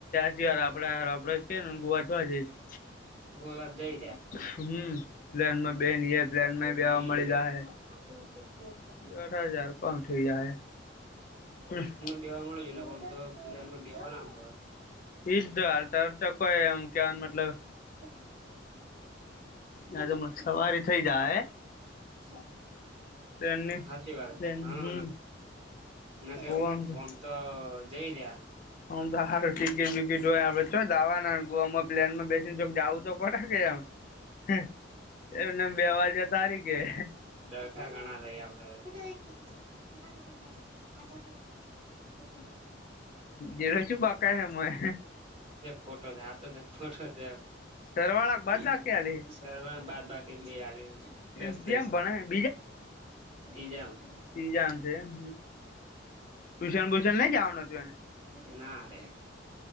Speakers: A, on the left; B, on the right.
A: જે આપડા આપડે કે ને <unintelligible>
B: ગોવા જ જય રહ્યા
A: હ પ્લેન માં બેહી એ પ્લેન માં બેહવા
B: હમ
A: મળી જાહે
B: <inaudible>
A: <unintelligible> <inaudible>
B: બેહવા મળી જાયે નકર તો પ્લેન માં બેહવા ન મળે
A: ઈજ તો હાલતા હાલતા કોઈ એમ કેવાનું મતલબ
B: <unintelligible> સતત
A: આ તો સવારી થઈ જાહે
B: છે
A: ટ્રેનની
B: હાચી વાત
A: પ્લેન
B: હા
A: હમ
B: ન કે
A: ગોવામાં
B: <unintelligible> તો જઈ રહયા
A: હમ તો સારું ટીકીટ બિકીટ જોય આપડે ચો જાવાના <unintelligible> તો પડાકે એમ હે એમને બે વાજે તારીકેે
B: ડખા ઘણા થાય આપડે <inaudible> હચ ખટે હચ કે ખટે <unintelligible> સાચો છે,
A: જેરો શું બાકા હે મોય
B: ખોટો છે, સાાચો છે, ખોટો છે.
A: સરવાળા બાદલા
B: <inaudible>
A: કે આલી
B: સારવાર બાદ બાકી બે હ દસ
A: શ્યામ
B: દસ
A: ભણે
B: ત્રીજામાં
A: ત્રીજામાં છે, એમ ટ્યુશન બુશન નઈ જવાનું હતું એને.
B: નારે.